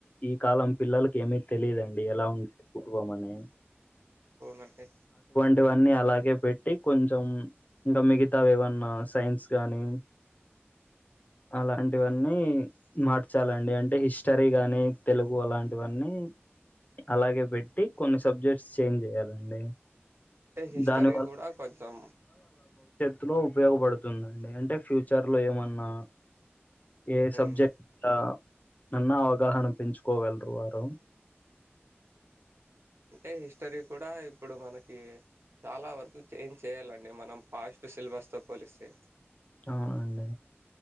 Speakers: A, on the left (about 40°); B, on the right (about 70°).
A: ఈ కాలం పిల్లలకి ఏమీ తెలియదండి ఎలా ఉండేది పూర్వం అని
B: అవునండి.
A: ఇవన్నీ అలాగే పెట్టి కొంచెం ఇంకా మిగతావి ఏవన్నా సైన్స్ గానీ అలాంటివన్నీ మార్చాలండి అంటే హిస్టరీ గాని తెలుగు అలాంటివన్నీ అలాగే పెట్టి కొన్ని సబ్జెక్ట్స్ చేంజ్ చేయాలండి.
B: అంటే హిస్టరీ
A: దాని
B: కూడా కొంచెం
A: త్లో ఉపయోగపడుతుందండి అంటే ఫ్యూచర్ లో ఏమన్నా ఏ
B: హ్మ్.
A: సబ్జెక్ట్ల నన్న అవగాహన పెంచుకోగలరు వారు
B: అంటే హిస్టరీ కూడా ఇప్పుడు మనకి చాలా వరకు చేంజ్ చేయాలండి మనం పాస్ట్ సిలబస్తో పోలిస్తే
A: అవునండి